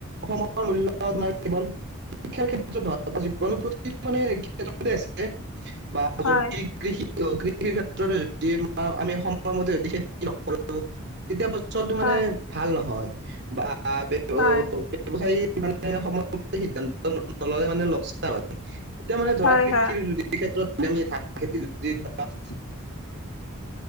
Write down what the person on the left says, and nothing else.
হয়
হয়
হয়
হয়
হয়
<unintelligible>